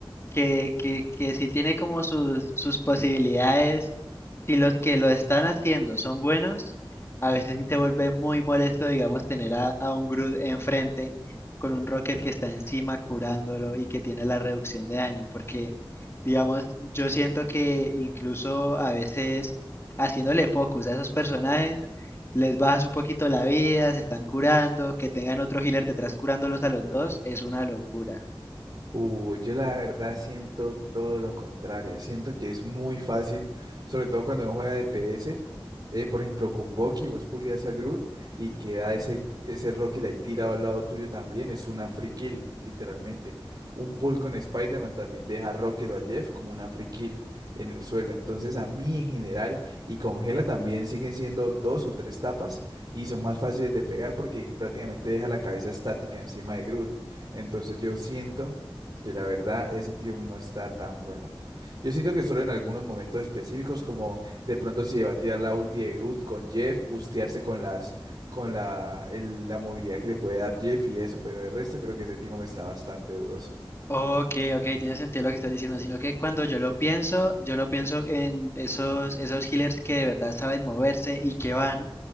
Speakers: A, on the left; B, on the right.
A: que, que, que sí tiene como sus, sus posibilidades si los que lo están haciendo son buenos, a veces sí se vuelve muy molesto, digamos, tener a, a un Groot enfrente con un Rocket que está encima curándolo y que tiene la reducción de daño, porque, digamos, yo siento que incluso a veces haciéndole focus a esos personajes, les bajas un poquito la vida, se están curando, que tengan otro healer detrás curándolos a los dos, es una locura.
B: Uh, yo la verdad siento todo lo contrario. Siento que es muy fácil, sobre todo cuando uno juega DPS. eh, por ejemplo, con Bucky, vos pulias a Groot y queda ese, ese Rocket ahí tirado al lado tuyo también. Es una free kill, literalmente. Un pull con Spider-Man también deja a Rocket o a Jeff como una free kill en el suelo. Entonces, a mí en general y con Gela también siguen siendo dos o tres tapas y son más fáciles de pegar porque prácticamente deja la cabeza estática encima de Groot. Entonces, yo siento que la verdad ese tío no está tan bueno. Yo siento que solo en algunos momentos específicos, como de pronto si debatía la ulti de Groot con Jeff, bustearse con las, con la, el- la movilidad que le puede dar Jeff y eso, pero de resto creo que ese me está bastante dudoso.
A: Ok, ok, tiene sentido lo que estás diciendo, sino que cuando yo lo pienso, yo lo pienso en esos, esos healers que de verdad saben moverse y que van